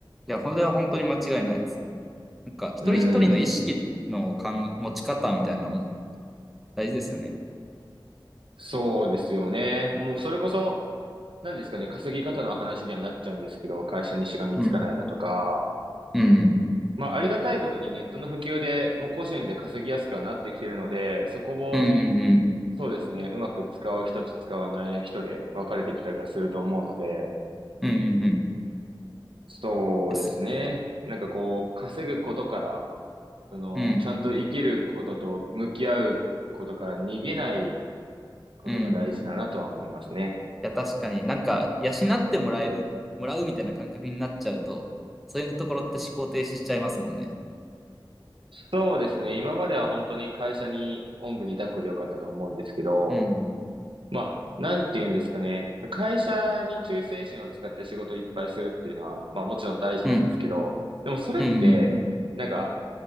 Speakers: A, in the centre; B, on the right (about 80°).
A: いや、これは本当に間違いないですよね。なんか、一人一人の意識の感持ち方みたいなのも
B: うん。
A: 大事ですよね。
B: そうですよね。もうそれこそ、何ですかね、稼ぎ方の話にはなっちゃうんですけど、会社にしがみつかないだとか、
A: うん。うん。
B: まあありがたいことにネットの普及で、もう個人で稼ぎやすくはなってきてるので、そこを、
A: うん。うん。
B: そうですね。うまく使う人と使わない人で分かれてきたりはすると思うので、
A: うん。うん。うんうん
B: そうですね。
A: です。
B: なんかこう、稼ぐことから、その、
A: うん。
B: ちゃんと生きることと向き合うことから逃げないことが大事だなとは思いますね。
A: うん。いや、確かになんか、養ってもらえる、もらうみたいな感覚になっちゃうと、そういうところって思考停止しちゃいますもんね。
B: そうですね。今までは本当に会社におんぶに抱っこでよかったと思うんですけど、
A: うん。
B: まあ、なんて言うんですかね。会社に忠誠心を使って仕事をいっぱいするっていうのは、まあもちろん大事なんですけど、
A: うん。
B: でもそれって、
A: うん。うん
B: なんか、